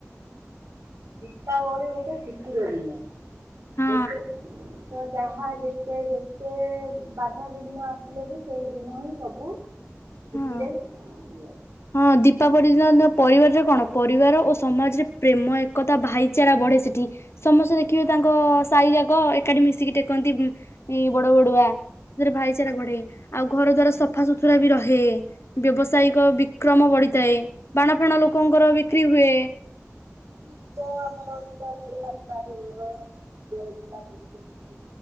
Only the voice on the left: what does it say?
ହଁ
ହଁ।
ହଁ ଦୀପାବଳି ଦିନ ପରିବାରରେ କଣ ପରିବାର ଓ ସମାଜରେ ପ୍ରେମ ଏକତା ଭାଇଚାରା ବଢେ ସେଠି। ସମସ୍ତେ ଦେଖିବେ ତାଙ୍କ ସାହି ଯାକ ଏକାଠି ମିଶିକି ଟେକନ୍ତି ଏ ବଡ ବଡୁଆ। ସେଥିରେ ଭାଇଚାରା ବଢେ। ଆଉ ଘର ଦ୍ଵାରା ସଫାସୁତୁରା ବି ରହେ। ବ୍ୟବସାୟିକ ବିକ୍ରମ ବଢିଥାଏ। ବାଣ ଫାଣ ଲୋକଙ୍କର ବିକ୍ରି ହୁଏ।